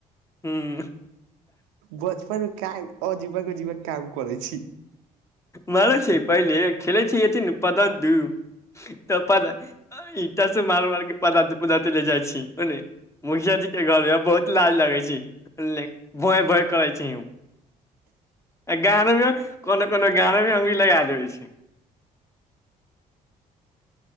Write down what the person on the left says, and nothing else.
हूँ उँ-म
मानै छै पहिले खेलै छै अथि नु पदन दू तऽ पद अइ ईटा से मार मार के पादाते पदाते ले जाा छी ओने मुखियाजी के घर बहुत लाज लगै छै भोंय भोंय कहै छै उ आ गानमे कोनो कोनो गानमे हम ई लगा देबे छी